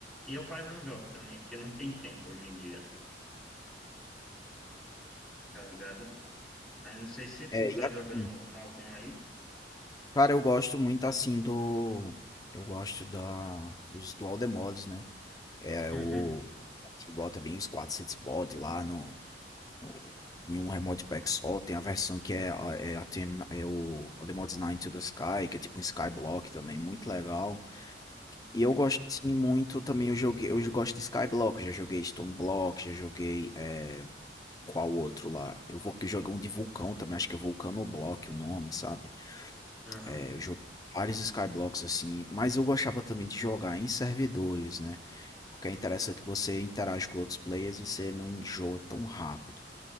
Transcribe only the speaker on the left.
é,
e assim,
cara, eu gosto muito assim do, eu gosto da, dos dual the mods, né, é
o, assim, bota bem os 400 mods lá no, no- em um remote pack só. Tem a versão que é, a- é, ATM, é o the mods 9 to the Sky, que é tipo um Skyblock também, muito legal.
E eu gosto assim muito também, eu joguei, eu gosto de Skyblock, já joguei Stone Block, já joguei é, qual outro lá? Eu vou que joguei um de vulcão também, acho que é Vulcanoblock o nome, sabe?
É, eu joguei vários Skyblocks assim, mas eu gostava também de jogar em servidores, né? Porque é interessante que você interage com outros players e você não enjoa tão rápido.